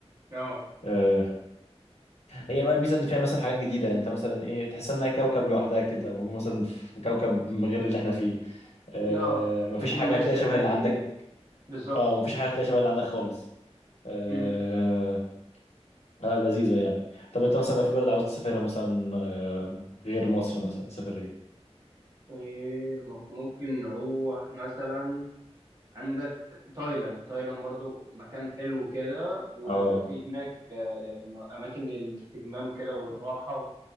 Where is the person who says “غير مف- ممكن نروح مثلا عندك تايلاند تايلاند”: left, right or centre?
Right